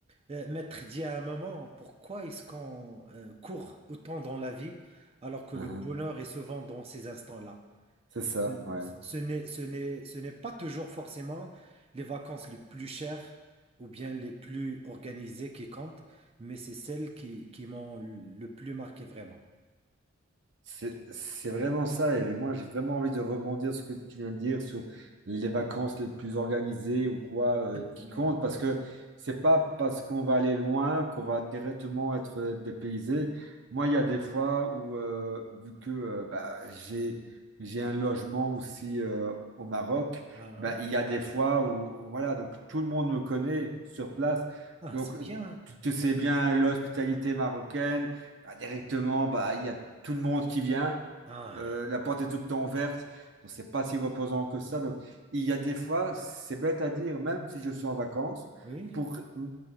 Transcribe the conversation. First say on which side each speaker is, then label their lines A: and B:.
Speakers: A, on the right (about 30°); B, on the right (about 60°).
A: euh, Maître dit à un moment, pourquoi est-ce qu'on euh, court autant dans la vie alors que
B: Mhm.
A: le bonheur est souvent dans ces instants-là?
B: C'est ça,
A: Ce,
B: ouais.
A: ce n'est, ce n'est, ce n'est pas toujours forcément les vacances les plus chères ou bien les plus organisées qui comptent, mais c'est celles qui, qui m'ont le plus marqué vraiment.
B: C'est c'est vraiment ça, et moi j'ai vraiment envie de rebondir sur ce que tu viens de dire sur les vacances les plus organisées ou quoi euh, qui
A: Ouais.
B: comptent, parce que c'est pas parce qu'on va aller loin qu'on va directement être euh, dépaysé. Moi, il y a des fois où, euh, vu que euh, bah, j'ai j'ai un logement aussi euh, au Maroc,
A: Ah,
B: bah, il y a des fois où, voilà, donc tout le monde me connaît sur place,
A: ah,
B: donc
A: c'est bien.
B: tu tu sais bien l'hospitalité marocaine bah, directement, bah, il y a tout le monde qui vient,
A: Ah,
B: euh, la porte est tout le temps ouverte, donc c'est pas si reposant que ça. Donc il y a des fois, c'est bête à dire, même si je suis en vacances,
A: oui,
B: pour m-